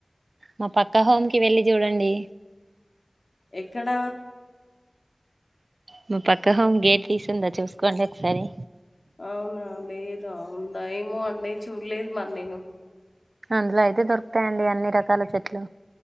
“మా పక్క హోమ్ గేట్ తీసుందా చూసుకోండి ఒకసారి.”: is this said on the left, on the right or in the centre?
Right